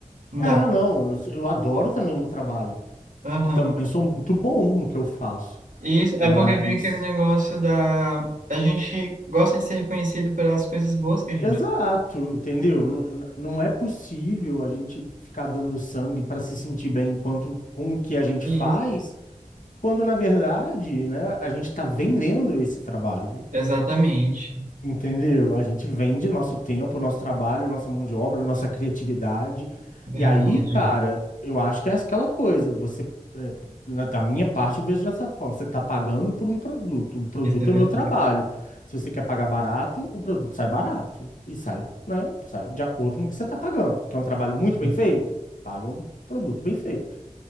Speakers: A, on the right; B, on the left.
A: Não
B: é,
A: dá.
B: não, eu, sou- eu adoro também meu trabalho.
A: Aham.
B: E também sou muito bom no que eu faço.
A: Isso é
B: Mas,
A: porque vem aquele negócio da a gente gosta de ser reconhecido pelas coisas boas que a gente.
B: exato, entendeu? N- n- Não é possível a gente ficar dando sangue para se sentir bem enquanto com o que a gente
A: Isso.
B: faz, quando na verdade, né, a gente está vendendo esse trabalho.
A: Exatamente.
B: Entendeu? A gente vende nosso tempo, nosso trabalho, nossa mão de obra, nossa criatividade.
A: Verdade.
B: E aí, cara, eu acho que é aquela coisa. Você, na- da minha parte, eu vejo dessa forma. Você está pagando por um produto. O produto
A: Isso é verdade.
B: é o meu trabalho. Se você quer pagar barato, o produto sai barato. E sai, né? Sai de acordo com o que você está pagando. Quer um trabalho muito
A: Sim.
B: bem feito? Paga um produto bem feito.